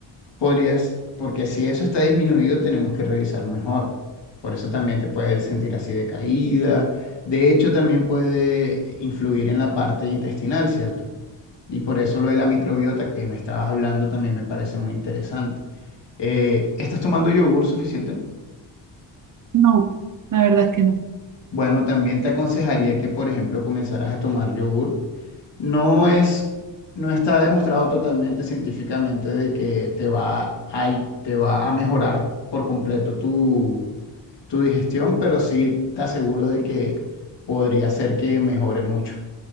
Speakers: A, on the left; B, on the right.
A: Podrías, porque si eso está disminuido, tenemos que revisar mejor. Por eso también te puedes sentir así de caída. De hecho, también puede influir en la parte intestinal, ¿cierto? Y por eso lo de la microbiota que me estabas hablando también me parece muy interesante. Eh, ¿estás tomando yogur suficiente?
B: No, la verdad es que no.
A: Bueno, también te aconsejaría que, por ejemplo, comenzaras a tomar yogur. No es, no está demostrado totalmente científicamente de que te va a, te va a mejorar por completo tu, tu digestión, pero sí te aseguro de que podría ser que mejore mucho.